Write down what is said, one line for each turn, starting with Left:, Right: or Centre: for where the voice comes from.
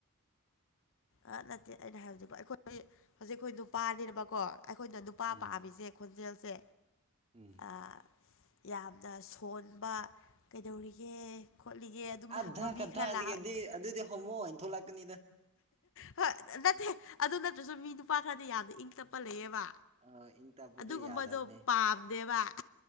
Left: ꯑꯥ ꯅꯠꯇꯦ ꯑꯩꯅ ꯍꯥꯏꯕꯗꯨ ꯑꯩꯈꯣꯏ ꯍꯧꯖꯤꯛ ꯑꯈꯣꯏ ꯅꯨꯄꯥꯅꯦꯕꯀꯣ ꯑꯩꯈꯣꯏꯅ ꯅꯨꯄꯥ
Right: ꯎꯝ
Left: ꯄꯥꯝꯃꯤꯖꯦ ꯈꯣꯟꯖꯦꯜꯁꯦ
Right: ꯎꯝ
Left: ꯑꯥ ꯌꯥꯝꯅ ꯁꯣꯟꯕ ꯀꯩꯗꯧꯔꯤꯒꯦ ꯈꯣꯠꯂꯤꯒꯦ ꯑꯗꯨꯝ
Right: ꯑꯙꯥ
Left: ꯍꯪꯕ ꯃꯤ
Right: ꯀꯠꯊꯥꯏꯗꯒꯗꯤ
Left: ꯈꯔ ꯂꯥꯛ
Right: ꯑꯗꯨꯗꯤ ꯍꯣꯃꯣ ꯑꯣꯏꯅ ꯊꯣꯛꯂꯛꯀꯅꯤꯗ
Left: ꯍꯣ ꯅꯠꯇꯦ ꯑꯗꯨ ꯅꯠꯇ꯭ꯔꯁꯨ ꯃꯤ ꯅꯨꯄꯥ ꯈꯔꯗꯤ ꯌꯥꯝꯅ ꯏꯪ ꯇꯞꯄ ꯂꯩꯌꯦꯕ
Right: ꯑꯥ ꯏꯪ ꯇꯞꯄꯗꯣ
Left: ꯑꯗꯨꯒꯨꯝꯕꯗꯣ
Right: ꯌꯥꯗꯕꯅꯦ
Left: ꯄꯥꯝꯗꯦꯕ